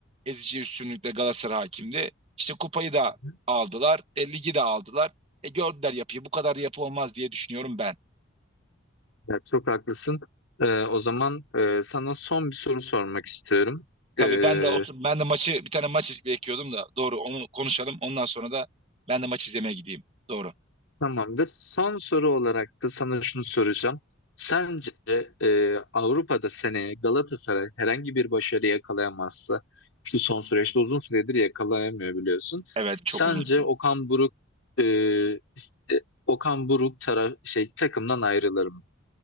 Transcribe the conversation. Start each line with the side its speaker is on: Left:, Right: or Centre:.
Right: ezici üstünlükle Galatasaray hakimdi. İşte kupayı da
Left: Hı hı.
Right: aldılar, e, ligi de aldılar. E, gördüler yapıyı. Bu kadar yapı olmaz diye düşünüyorum ben.
Left: Ya, çok haklısın. Ee, o zaman e, sana son bir soru sormak istiyorum.
Right: Tabii
Left: Ee,
Right: ben de o, Hmm. ben de maçı bir tane maç bekliyordum da doğru onu konuşalım. Ondan sonra da ben de maç izlemeye gideyim. Doğru.
Left: Tamamdır. Son soru olarak da sana şunu soracağım. Sence e, Avrupa'da seneye Galatasaray herhangi bir başarı yakalayamazsa, şu son süreçte uzun süredir yakalayamıyor biliyorsun.
Right: Evet çok
Left: Sence
Right: uzun.
Left: Okan Buruk e, is- e, Okan Buruk taraf şey takımdan ayrılır mı?